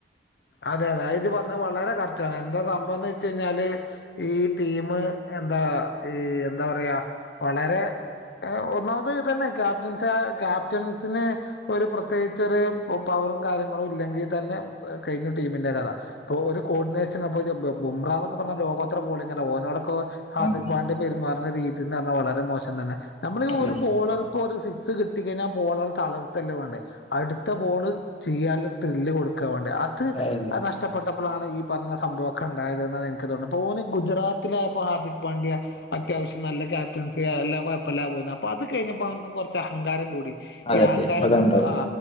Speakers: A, on the left; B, on the left.
A: അതതെ.. അ ഇജ് പർഞ്ഞത് വളരെ കററ്റാണ്, എന്താ സംഭവംന്നച്ചയ്ഞ്ഞാല് ഈ ടീമ്- എന്താ... ഈ.. ന്താപറയാ... വളരെ... ഏ ഒന്നാമത് തന്നെ ക്യാപ്റ്റസാ ക്യാപ്റ്റൻസിന് ഒരു പ്രത്യേകിചൊര് പൗ- റും കാര്യങ്ങളുല്ലെങ്കി തന്നെ <inaudible> കയ്ഞ്ഞ ടീമിന്റെ കഥ... പ്പൊഒരു കോർഡിനേഷൻ അ <unintelligible> പ്പൊ ബമ്പ്രാന്നൊക്കെപ്പറഞ്ഞ ലോകോത്ര ബോളിങ്ങല്ലേ ഓനോടൊക്കെ ഹാർദിക്
B: അതെ
A: പാണ്ഡ്യ പെരുമാറ്ണ രീതിന്നറഞ്ഞാ വളരെ മോശന്തന്നെ. ഞമ്മളീ
B: അതെ
A: ഒരു ബോളർ- പ്പൊരു സിക്സ് കിട്ട്ടികയിനാ, ആ ബോളൺ തളർത്തല്ല വാണ്ടേ അട്ത്ത ബോള് ചീയ്യാല്ലൊരു ത്രില്ല് കൊടു- ക്കാവാണ്ടേ അത്..
B: അതെ
A: അത് നഷ്ടപ്പെ പ്പഴാണീപ്പറഞ്ഞ സമ്പവൊക്കെണ്ടായത് ന്നാണ് ഇൻക്ക് തോന്ന്ണെ ധോണി ഗുജറാത്തിലായപ്പോ ഹാർദിക് പാണ്ഡ്യ ക്കാവശ്യം നല്ലക്യാപ്റ്റൻസിനെ അപ്പവല്ലാ കോയപ്പല്ലാ പോയ്ന്നു അപ്പോ അത് കയിഞ്ഞപ്പവൻക്ക് കൊർചഹങ്കാരം കൂടി. ഈ
B: അതെ
A: അഹങ്കാരങ്കൊണ്ട്...
B: അതാ ഉണ്ടായത്
A: ആ..